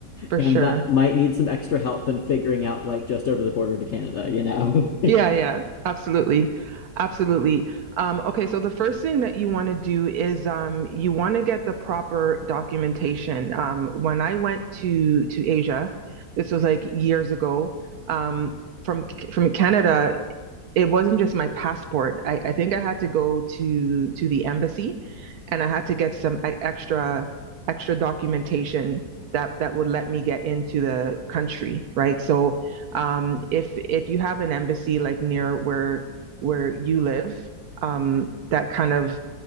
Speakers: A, on the right; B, on the left.
A: for
B: and
A: sure.
B: that might need some extra help than figuring out like just over the border to Canada, you know. <laughs>
A: Yeah, yeah, absolutely. Absolutely. Um, okay, so the first thing that you want to do is um, you want to get the proper documentation. Um, when I went to to Asia, this was like years ago, um, from from Canada, it wasn't just my passport. I, I think I had to go to to the embassy, and I had to get some e- extra extra documentation that that would let me get into the country, right? So, um, if if you have an embassy like near where where you live, um, that kind of